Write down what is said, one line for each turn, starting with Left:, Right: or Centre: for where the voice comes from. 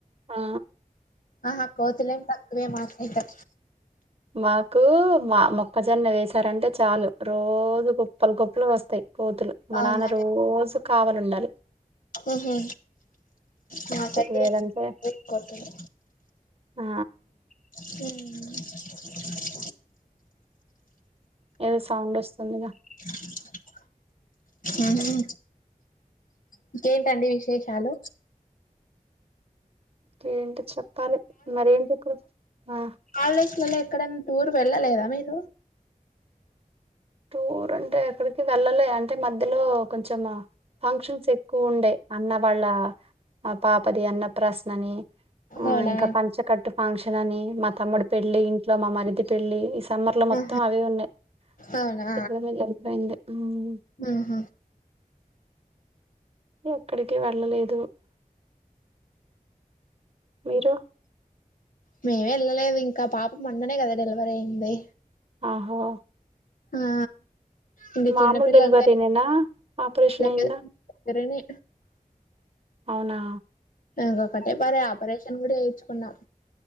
Right: ఆ
Left: ఆహా కోతులం తక్కువే మాకైతే
Right: మాకు మా మొక్కజొన్న వేసారంటే చాలు రోజు కుప్పలు కుప్పలు వస్తాయి. కోతులు మా
Left: అవునా
Right: నాన్న రోజు కావలి ఉండాలి.
Left: ఊహు మా దగ్గరైతే
Right: లేదంటే
Left: <unintelligible> కోతులు
Right: ఆ
Left: హ్మ్
Right: ఏదో సౌండ్ వస్తుందిగా.
Left: <inaudible> ఆహా ఇంకేంటండి విశేషాలు
Right: ఏంటి చెప్పాలి మరేంటి ఇప్పుడు ఆ
Left: కాలేజ్లలో ఎక్కడన్నా టూర్ వెళ్ళలేదా మీరు
Right: టూర్ అంటే ఎక్కడికి వెళ్ళలే అంటే మధ్యలో కొంచెం ఫంక్షన్స్ ఎక్కువ ఉండే అన్న వాళ్ళ ఆ పాపది అన్నప్రాసన అని ఆ
Left: అవునా
Right: ఇంకా పంచకట్టు ఫంక్షన్ అని మా తమ్ముడు పెళ్ళి ఇమా మరిది పెళ్లి ఈ సమ్మర్ లో మొత్తం
Left: ఆహా
Right: అవి ఉన్నాయి్
Left: అవునా
Right: ఎట్నూ పోయి జరిగిపోయింది హ్మ్.
Left: వుహ
Right: ఎక్కడికి వెళ్ళలేదు. మీరు
Left: మేమె లెయ్యలేదు ఇంకా పాపం మొన్ననే కదా డెలివరీ అయ్యింది.
Right: ఆహో
Left: ఆ ఇంకా
Right: మామూలు
Left: చిన్నపిల్లలతో
Right: డెలివరీనేనా ఆపరేషన్
Left: లేదా
Right: అయిందా
Left: గుడీవిని
Right: అవునా
Left: ఇంకొకటే పర ఆపరేషన్ కూడా చేయించుకున్నాం.